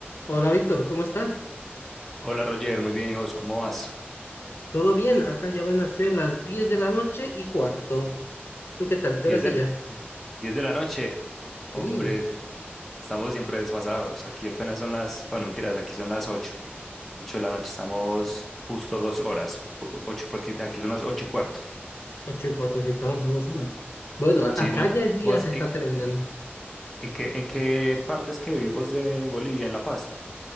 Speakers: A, on the left (about 70°); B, in the centre.
A: Hola Víctor, ¿cómo estás?
B: Hola Roger, muy bien. ¿Y vos cómo vas?
A: ¿Todo bien? Acá ya van a ser las 10 de la noche y cuarto. ¿Tú qué tal?
B: 10
A: ¿Qué hora es
B: del,
A: allá?
B: 10 de la noche. Hombre,
A: Sí,
B: estamos siempre desfasados. Aquí apenas son las, bueno, mentiras, aquí son las ocho ocho de la noche, estamos justo dos horas. o- ocho porque aquí son las 8 y cuarto.
A: 8 y cuarto, sí, estamos a dos horas. Bueno,
B: Sí,
A: acá
B: vos,
A: ya el día
B: vos
A: se está
B: ¿en,
A: terminando.
B: en qué, en qué partes que vivimos de Bolivia? ¿En La Paz?